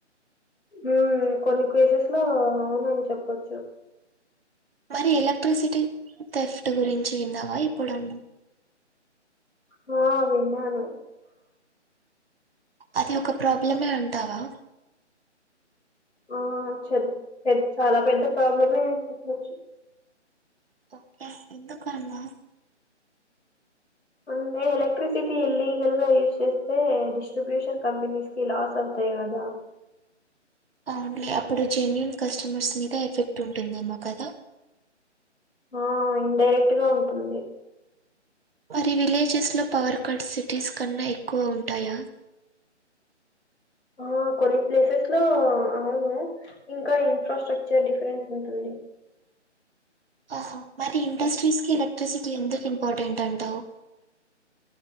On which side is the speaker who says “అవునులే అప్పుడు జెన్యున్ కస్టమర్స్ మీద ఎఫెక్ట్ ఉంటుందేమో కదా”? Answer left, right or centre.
Right